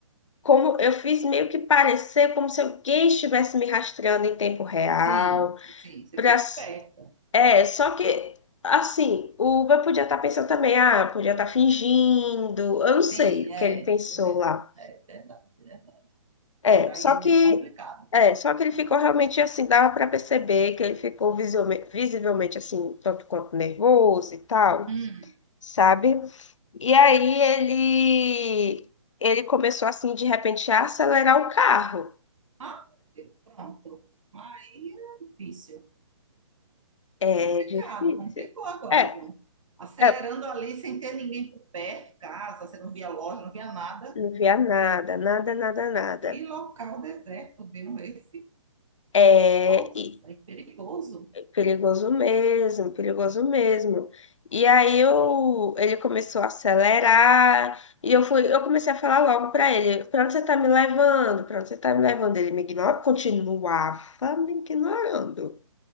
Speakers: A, on the left (about 70°); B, on the right (about 85°).
A: como eu fiz meio que parecer como se alguém estivesse me rastreando em tempo real,
B: sim, sim, você
A: para
B: foi esperta.
A: É, só que, assim, o Uber podia estar pensando também, ah, podia estar fingindo, eu não
B: Sim,
A: sei o
B: é.
A: que ele pensou lá.
B: É verdade, é verdade.
A: É,
B: Aí
A: só
B: é meio
A: que,
B: complicado.
A: é, só que ele ficou realmente assim, dava para perceber que ele ficou visivelme- visivelmente assim, um tanto quanto nervoso e tal,
B: Hum.
A: sabe? E aí ele, ele começou assim, de repente, a acelerar o carro.
B: Ah, meu Deus, pronto. Aí é difícil.
A: É
B: Complicado,
A: difícil.
B: complicou agora,
A: É,
B: viu? Acelerando
A: é,
B: ali sem ter ninguém por perto, casa, você não via loja, não via nada.
A: não via nada, nada, nada, nada.
B: Que local deserto, viu? Esse,
A: É,
B: nossa,
A: e
B: é perigoso.
A: Perigoso mesmo, perigoso mesmo. E aí eu, ele começou a acelerar e eu fui, eu comecei a falar logo para ele, para onde você tá me levando? Para onde você tá me levando? Ele me ignorava, continuava me ignorando.